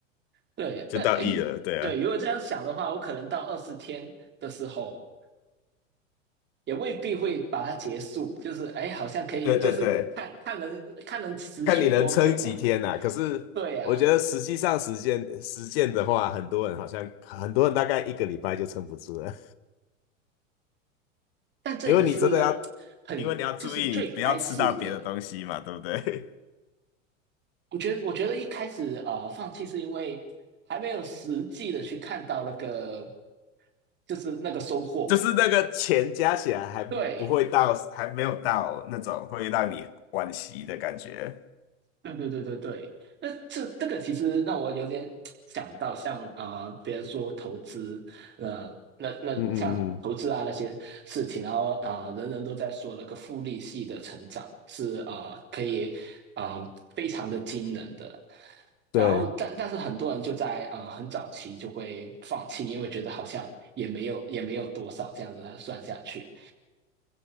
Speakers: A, on the right; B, on the left.
A: 对，
B: 就到亿了，
A: 但诶，
B: 对啊。
A: 对，如果这样想的话，我可能到二十天的时候。也未必会把它结束，就是哎，好像可以，
B: 对对对，
A: 就是看看能看能持续多久啊。
B: 看你能撑几天呐、可是我觉得实际上实践实践的话，
A: 对呀、
B: 很多人好像很多人大概一个礼拜就撑不住了，<laughs>
A: 但这也是很就是最开始的。
B: 因为你真的要，因为你要注意你不要吃到别的东西嘛，对不对？
A: 我觉得，我觉得一开始呃放弃是因为还没有实际的去看到那个就是那个收获。
B: <laughs> 就是那个钱加起来还不会到，
A: 对，
B: 还没有到那种会让你惋惜的感觉。
A: 对对对对对，那这这个其实让我有点想到像，呃，别人说投资，呃，那那像投资啊那些事情，
B: 嗯嗯嗯，
A: 然后啊、呃，人人都在说那个复利系的成长是呃可以啊、呃、非常的惊人的，然后但但是很多人就在呃很早期就会放弃，
B: 对。
A: 因为觉得好像也没有也没有多少这样子算下去，